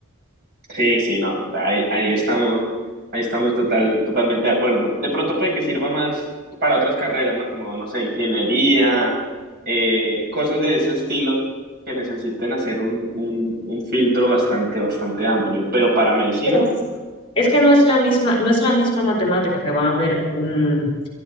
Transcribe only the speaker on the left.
Pero es que no es la misma, no es la misma matemática que va a ver un,